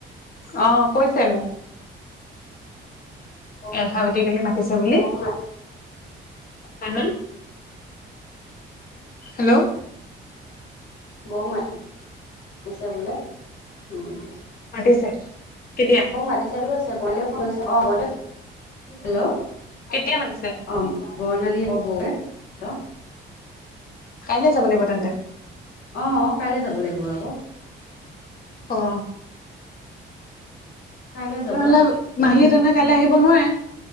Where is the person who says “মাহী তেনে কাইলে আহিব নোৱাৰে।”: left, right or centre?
Left